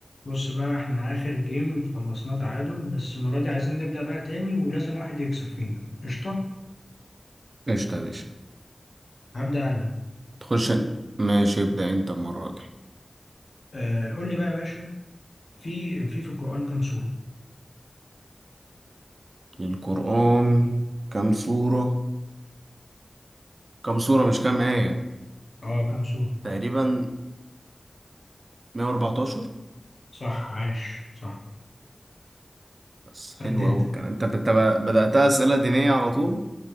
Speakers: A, on the left; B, on the right.
A: بص بقى احنا اخر جيم خلصناه تعادل بس المرة دي عايزين نبدأ بقى تاني ولازم واحد يكسب فينا قشطة
B: قشطة يا باشا
A: هبدأ انا
B: تخش أنا. ماشي ابدأ أنت المرة دي
A: آه قول لي بقى يا باشا في في في القرآن كام سورة
B: القرآن كم سورة كم سورة مش كم آية
A: اه كام سورة
B: تقريبا 114
A: صح عاش صح
B: بس حلو
A: قد انت
B: أوي الكلام أنت أنت بدأتها أسئلة دينية على طول